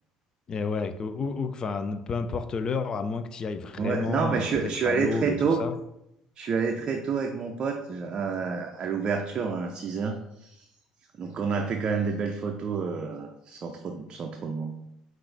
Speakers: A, on the left; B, on the right.
A: Et ouais, que- ou, ou- enfin, peu importe l'heure, à moins que tu y ailles vraiment,
B: Ouais, non, mais
A: euh,
B: je,
A: peut-être
B: je suis allé
A: à l'aube
B: très
A: et
B: tôt.
A: tout ça.
B: Je suis allé très tôt avec mon pote euh, à l'ouverture hein, à 6 heures. Donc, on a fait quand même des belles photos euh, sans trop, de- sans trop de monde.